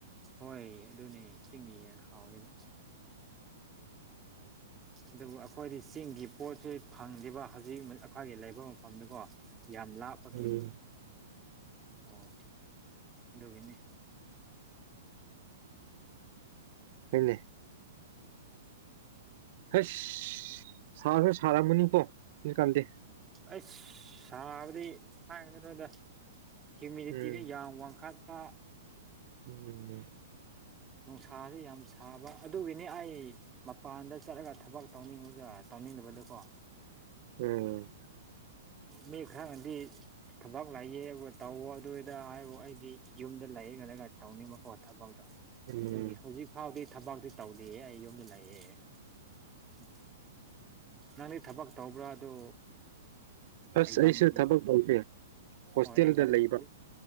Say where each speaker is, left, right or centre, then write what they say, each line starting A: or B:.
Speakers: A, on the right (about 20°); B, on the right (about 55°).
A: ꯍꯣꯏ ꯑꯗꯨꯅꯦ ꯆꯤꯡ ꯍꯦꯟꯅ ꯍꯥꯎꯋꯦꯕ ꯑꯗꯨꯕꯨ ꯑꯩꯈꯣꯏꯗꯤ ꯆꯤꯡꯒꯤ ꯄꯣꯠꯁꯤ ꯐꯪꯗꯕ ꯍꯧꯖꯤꯛ ꯑꯩꯈꯣꯏꯒꯤ ꯂꯩꯕ ꯃꯐꯝꯗꯨꯀꯣ ꯌꯥꯝ ꯂꯥꯞꯄꯒꯦ
B: ꯎꯝ
A: ꯑꯣ ꯗꯧꯕꯅꯦ
B: ꯍꯅꯦ ꯍꯁ ꯁꯥꯔꯁꯨ ꯁꯥꯔꯝꯃꯅꯤꯀꯣ ꯑꯗꯨꯀꯥꯟꯗꯦ
A: ꯑꯩꯁ ꯁꯥꯕꯗꯤ ꯍꯥꯏꯒꯅꯣꯗ ꯍꯤꯌꯨꯃꯤꯗꯤꯇꯤꯤꯁꯦ
B: ꯎꯝ
A: ꯌꯥꯝ ꯋꯥꯡꯈꯠꯄ
B: ꯎꯝ
A: ꯅꯨꯡꯁꯥꯥꯁ ꯌꯥꯝ ꯁꯥꯕ ꯑꯗꯨꯒꯤꯅꯤ ꯑꯩ ꯃꯄꯥꯟꯗ ꯆꯠꯂꯒ ꯊꯕꯛ ꯇꯧꯅꯤꯡꯕ ꯇꯧꯅꯤꯡ ꯕꯗꯨꯀꯣ
B: ꯎꯝ
A: ꯃ ꯈꯔꯥꯟꯗꯤ ꯊꯕꯛ ꯂꯩꯌꯦꯦ ꯑꯗꯨꯒ ꯇꯧꯋꯣ ꯑꯗꯨꯏꯗ ꯍꯥꯏꯕꯨ ꯑꯩꯗꯤ ꯌꯨꯝꯗ ꯂꯩꯌꯦꯒꯗꯒ ꯇꯧꯅꯤꯡꯕꯀꯣ ꯊꯕꯛ
B: ꯎꯝ
A: ꯑꯗꯨꯒꯤ ꯍꯧꯖꯤꯛ ꯐꯥꯎꯗꯤ ꯊꯕꯛꯇꯤ ꯇꯧꯗꯦ ꯑꯩ ꯌꯨꯝꯗ ꯂꯥꯛꯑꯦ ꯎꯝ ꯅꯪꯗꯤ ꯊꯕꯛ ꯇꯧꯕ꯭ꯔꯥ ꯑꯗꯨ
B: ꯑꯁ
A: ꯑꯦꯛꯖꯥꯝꯒꯤ
B: ꯑꯩꯁꯨ ꯊꯕꯛ ꯇꯧꯁꯤꯦ ꯍꯣꯁꯇꯦꯜꯗ
A: ꯍꯣꯏ ꯑꯦꯛꯖꯥꯝꯒꯨꯝꯕꯗꯤ
B: ꯂꯩꯕ